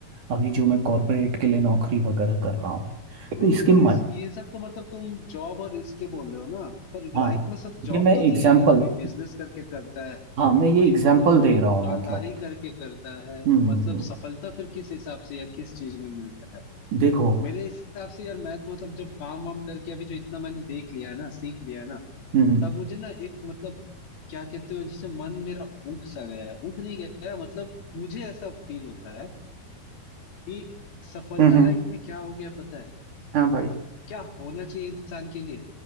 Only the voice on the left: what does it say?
नहीं
तो
इस ये सब तो मतलब तुम जॉब और इसके बोल रहे हो ना पर
लाइफ में सब जॉब
तो नहीं
है यार कोई बिजनेस करके करता है
कोई
मतलब अ,
दुकानदारी
करके करता है
मतलब
सफलता फिर किस हिसाब से या किस चीज में मिलता है
मेरे हिसाब से यार मैं तो मतलब जब काम वाम करके अभी जो इतना मैंने देख लिया है ना सीख लिया है ना
तब मुझे ना एक मतलब क्या कहते हो जैसे मन मेरा उठ सा गया है उठ नहीं गया है, मतलब मुझे ऐसा फील होता है कि सफलता
लाइफ में क्या हो गया पता है
क्या होना चाहिए इंसान के लिए